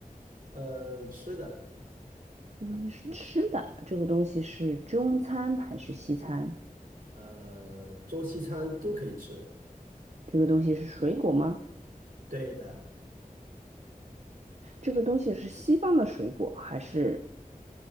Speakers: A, on the right; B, on the right.
A: 嗯，吃的，
B: 这个东西是吃的，这个东西是中餐还是西餐？
A: 呃，中西餐都可以吃，
B: 这个东西是水果吗？
A: 对的，
B: 这个东西是西方的水果还是